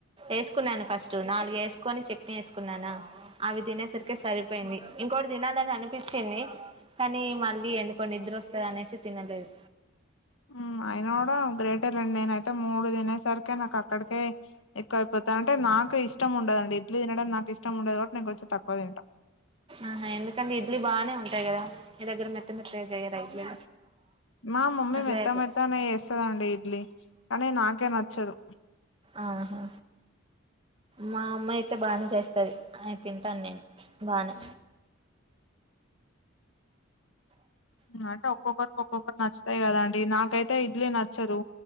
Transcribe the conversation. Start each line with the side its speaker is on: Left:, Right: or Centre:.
Right: ఎసుకున్నాను ఫస్ట్ నాలుగు వేసుకొని చట్నీ వేసుకున్నానా అవి తినేసరికి సరిపోయింది, ఇంకోటి తినాలని అనిపిచ్చింది. కానీ మళ్ళీ ఎందుకో నిద్రోస్తదనేసి తినలేదు.
Left: మ్మ్ అయిన కూడా గ్రేటేలేండి నేనైతే మూడు తిం అనేసరికి నాకు అక్కడికే ఎక్కువైపోతా టే నాకు ఇష్టం ఉండదండి ఇడ్లీ తినడం నాకు ఇష్టముండదు కాబట్టి కొంచెం తక్కువ తింటా
Right: ఆహా ఎందుకంటే ఇడ్లీ బాగానే ఉంటాయి కదా, మీ దగ్గర మెత్త మెత్తగా చేయరా ఇడ్లీ
Left: మా మమ్మీ మెత్త
Right: లేేదు
Left: మెత్తనే చేస్తదండి ఇడ్లీ కానీ నాకే నచ్చదు
Right: ఆహా మా అమ్మా అయితే బానే చేస్తది, అ తింటాను నేను బానే
Left: అంటే ఒక్కొక్కరికి ఒక్కొక్కటి నచ్చుతాయి కదండి నాకైతే ఇడ్లీ నచ్చదు,